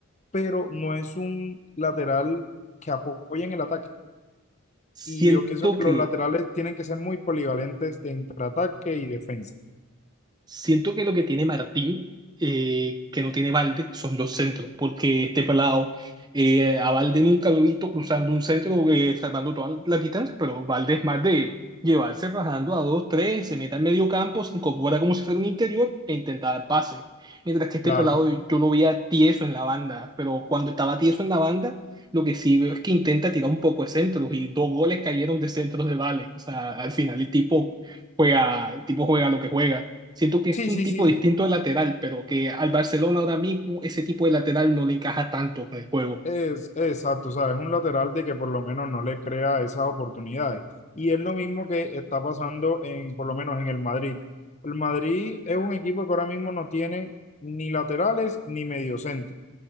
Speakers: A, on the left (about 35°); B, on the right (about 20°).
A: pero no es un lateral que apoyen el ataque.
B: siento
A: Y yo pienso que
B: que
A: los laterales tienen que ser muy polivalentes de entre ataque y defensa.
B: Siento que lo que tiene Martín, eh, que no tiene Valde, son los centros, porque este pelado, eh, a Valde nunca lo he visto cruzando un centro, eh, salvando todas las distancias, pero Valde es más de llevarse rajando a dos, tres, se meta en medio campo, se incorpora como si fuera un interior e intentar dar pase. Mientras que este
A: Claro.
B: pelado yo lo veía tieso en la banda, pero cuando estaba tieso en la banda, lo que sí veo es que intenta tirar un poco de centros y dos goles cayeron de centros de Vale. O sea, al final el tipo juega, el tipo juega lo que juega. Siento que
A: Sí,
B: es un
A: sí,
B: tipo
A: sí.
B: distinto de lateral, pero que al Barcelona ahora mismo ese tipo de lateral no le encaja tanto con el juego.
A: Es, es exacto. O sea, es un lateral de que por lo menos no le crea esas oportunidades. Y es lo mismo que está pasando en, por lo menos en el Madrid. El Madrid es un equipo que ahora mismo no tiene ni laterales ni mediocentro.